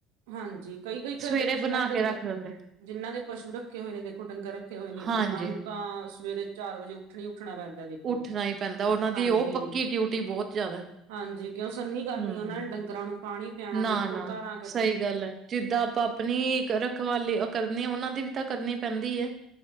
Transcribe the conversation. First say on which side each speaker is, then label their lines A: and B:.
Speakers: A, on the right; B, on the right.
A: ਹਾਂਜੀ ਕਈ- ਕਈ ਘਰ
B: ਸਵੇਰੇ
A: ਦੇਖੋ ਜਿੰਨਾ
B: ਬਣਾ
A: ਇਹ ਡੰਗ।
B: ਕੇ ਰੱਖ ਦਿੰਦੇ।
A: ਜਿਹਨਾਂ ਦੇ ਪਸ਼ੂ ਰੱਖੇ ਹੋਏ ਨੇ। ਦੇਖੋ ਡੰਗਰ ਰੱਖੇ ਹੋਏ ਨੇ
B: ਹਾਂਜੀ,
A: ਉਹਨਾਂ ਨੂੰ ਤਾਂ ਸਵੇਰੇ ਚਾਰ ਵੱਜੇ ਉੱਠ ਹੀ ਉੱਠਣਾ ਪੈਂਦਾ। ਦੇਖੋ
B: ਉੱਠਣਾ ਹੀ ਪੈਂਦਾ। ਉਹਨਾਂ ਦੀ
A: ਹਾਂਜੀ
B: ਉਹ ਪੱਕੀ ਡਿਊਟੀ ਬਹੁਤ ਜ਼ਿਆਦਾ।
A: ਹਾਂਜੀ ਕਿਉਂ ਸੰਨੀ ਕਰਨੀ।
B: ਹੂੰ।
A: ਉਹਨਾ ਨੇ ਡੰਗਰਾਂ ਨੂੰ ਪਾਣੀ ਪਿਆਉਣਾ
B: ਨਾ-ਨਾ।
A: ਦੇਖੋ ਧਾਰਾਂ ਕੱਢਣੀਆਂ।
B: ਸਹੀ ਗੱਲ ਐ, ਜਿੱਦਾਂ ਆਪਾਂ ਆਪਣੀ ਰਖਵਾਲੇ ਕਰਨੀ ਆਂ। ਉਹਨਾਂ ਦੀ ਵੀ ਤਾਂ ਕਰਨੀ ਪੈਂਦੀ ਹੈ।